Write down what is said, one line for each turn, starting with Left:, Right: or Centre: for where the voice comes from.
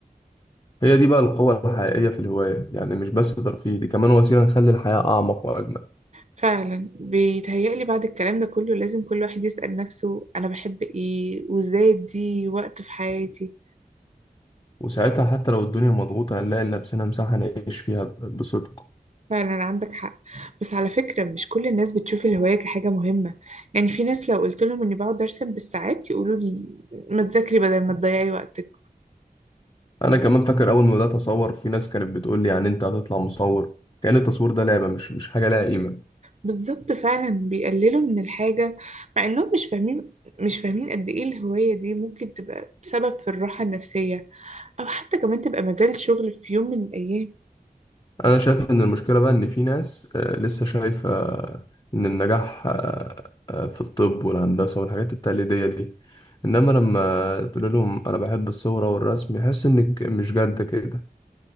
Left: هي دي بقى القوة الحقيقية في الهواية يعني مش بس ترفيه دي كمان وسيلة نخلي الحياة أعمق وأجمل
Right: فعلا بيتهيألي بعد الكلام ده كله لازم كل واحد يسأل نفسه أنا بحب إيه وإزاي أدي وقت في حياتي
Left: وساعتها حتى لو الدنيا مضغوطة هنلاقي لنفسنا مساحة نعيش فيها ب- بصدق
Right: فعلا عندك حق بس على فكرة مش كل الناس بتشوف الهواية كحاجة مهمة يعني في ناس لو قلت لهم إني بقعد أرسم بالساعات يقولوا لي ما تذاكري بدل ما تضيعي وقتك
Left: أنا كمان فاكر أول ما بدأت أصور في ناس كانت بتقول لي يعني أنت هتطلع مصور كأن التصوير ده لعبة مش مش حاجة لها قيمة
Right: بالظبط فعلا بيقللوا من الحاجة مع انهم مش فاهمين مش فاهمين قد ايه الهواية دي ممكن تبقى سبب في الراحة النفسية او حتى كمان تبقى مجال شغل في يوم من الايام
Left: أنا شايف إن المشكلة بقى إن في ناس آه، لسه شايفة آه، إن النجاح آه، آه، في الطب والهندسة والحاجات التقليدية دي إنما لما تقول لهم أنا بحب الصورة والرسم يحس إنك مش جد كده